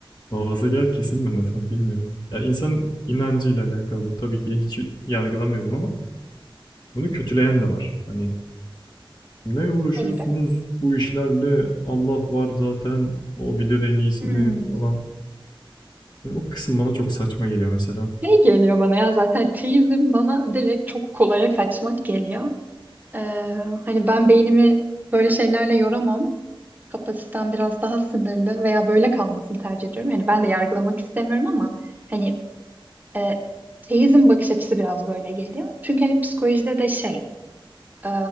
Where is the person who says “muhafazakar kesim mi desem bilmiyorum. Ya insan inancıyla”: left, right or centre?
Left